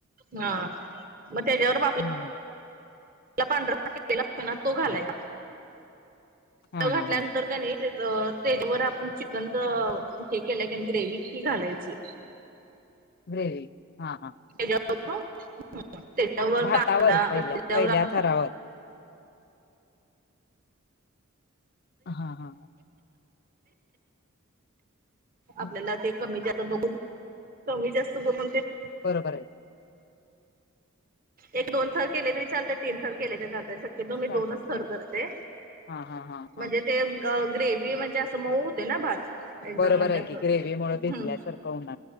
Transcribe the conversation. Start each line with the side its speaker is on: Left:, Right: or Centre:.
Right: हा मग त्याच्यावर आपल्या
Left: हं ह
Right: पांढरालेला असतो ना तो घालायच
Left: हा
Right: तो घातल्यानंतर
Left: हा हा
Right: कनी तेजवर आपण चिकनच हे केलंय ग्रेवी घालायची
Left: ग्रेवी हा हा
Right: त्याच्यावर मग त्याच्यावर
Left: भातावर
Right: कांदा
Left: पहिल्या
Right: त्याच्यावर
Left: पहिल्या
Right: आप
Left: थरावर हा हा
Right: आपल्याला
Left: हम्म.
Right: ते कमी जास्त बघून कमी जास्त बघून ते
Left: बरोबर आहे
Right: एक दोन थर केले तरी चालतात तीन थर केले तरी चालतात ते मी
Left: चालतात
Right: दोनच थर
Left: काय
Right: करते
Left: हा हा हा
Right: म्हणजे
Left: हा
Right: ते ग्रेवी म्हणजे असं मऊ होते ना भात एकदम
Left: बरोबर
Right: म्हणजे
Left: आहे
Right: असं
Left: की ग्रेवही मुळे भिजल्यासारखं
Right: हम्म
Left: होणार